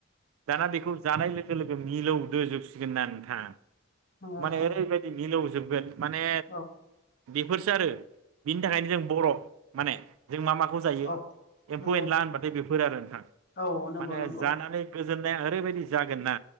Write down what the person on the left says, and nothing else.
नंगौ
औ
औ
नंगौ
औ नंगौ
नंगौ